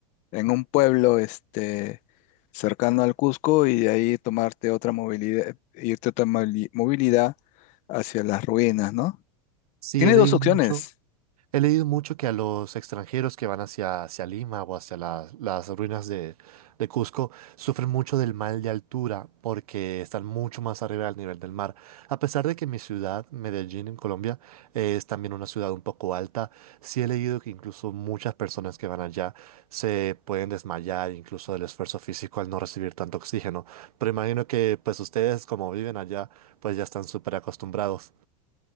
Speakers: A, on the left (about 40°); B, on the right (about 80°).
A: en un pueblo este, cercano al Cusco y de ahí tomarte otra movilidad, irte otra moli- movilidad hacia las ruinas, ¿no?
B: Sí,
A: Tiene
B: he leído
A: dos opciones.
B: mucho, he leído mucho que a los extranjeros que van hacia, hacia Lima o hacia las las ruinas de, de Cusco sufren mucho del mal de altura porque están mucho más arriba del nivel del mar. A pesar de que mi ciudad, Medellín, en Colombia, es también una ciudad un poco alta, sí he leído que incluso muchas personas que van allá se pueden desmayar incluso del esfuerzo físico al no recibir tanto oxígeno. Pero imagino que pues ustedes como viven allá, pues ya están súper acostumbrados.